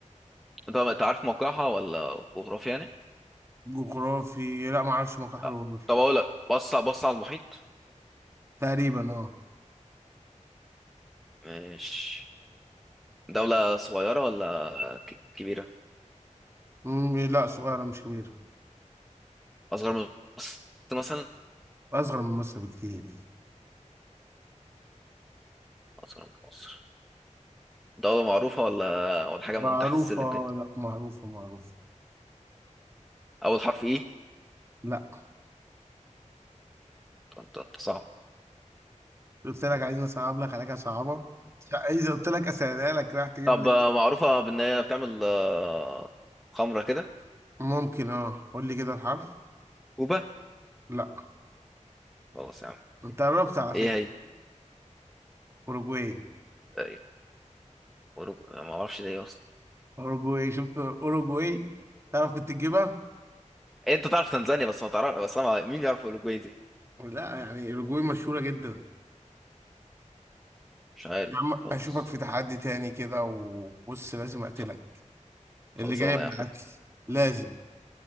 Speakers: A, in the centre; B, on the right.
A: أنت أنت عارف موقعها ولا جغرافيا يعني
B: جغرافي لا ما اعرفش مكان حاجه
A: آه،
B: جغرافي
A: طب أقول لك بص بص على المحيط
B: تقريبا اه
A: ماشي دولة صغيرة ولا ك- كبيرة؟
B: مم، لا صغيره مش كبيره
A: أصغر من مصر مثلا؟
B: اصغر من مصر بكتير
A: أصغر من مصر دولة معروفة ولا ولا حاجة
B: معروفه
A: من تحت السلم كده؟
B: لا معروفه معروفه
A: أول حرف إيه؟
B: لا
A: أنت أنت صعب
B: قلت لك عايز اصعب لك عليك صعبه اذا قلت لك اسالها لك راح تجيب
A: طب
B: لي دي.
A: آه، معروفة بإن هي بتعمل آه، خمرة كده
B: ممكن اه قول لي كده الحرف
A: كوبا
B: لا
A: خلاص يا عم
B: انت قربت على فكره
A: إيه هي؟
B: اوروجواي
A: آه، أوروجو أنا ما أعرفش دي إيه أصلا
B: اوروجواي شفت اوروجواي تعرف كنت تجيبها
A: إيه، أنت تعرف تنزانيا بس ما تعرف بس أنا مين يعرف أوروجواي دي؟
B: لا يعني اوروجواي مشهوره جدا
A: مش عارف
B: يا عم
A: دي خالص
B: اشوفك في تحدي تاني كده وبص لازم اقتلك
A: خل- خلصانة
B: اللي جايب
A: يا عم
B: العدل لازم